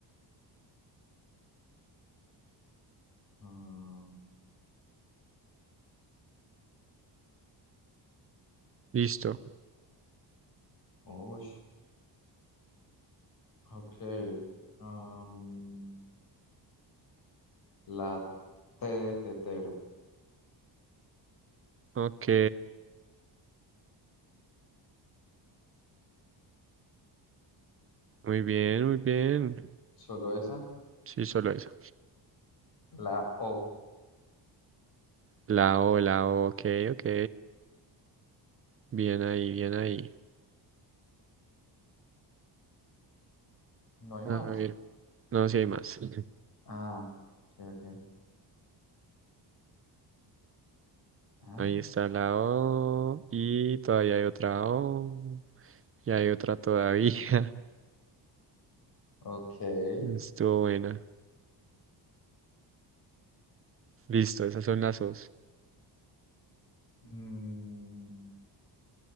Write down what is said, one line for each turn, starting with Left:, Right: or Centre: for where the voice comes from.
Left: Um,
Right: Listo.
Left: uy, ok. Um, la T de tetero.
Right: Ok, muy bien, muy bien.
Left: Solo esa.
Right: Sí, solo eso.
Left: La O.
Right: La O, la O, ok, ok. Bien ahí, bien ahí.
Left: No hay más.
Right: A ver, no, si hay más. <laughs>
Left: Ah, ok, ok. Ah,
Right: Ahí está la O y todavía hay otra O y hay otra todavía. <laughs>
Left: ok.
Right: Estuvo buena. Listo, esas son las O's.
Left: Mm,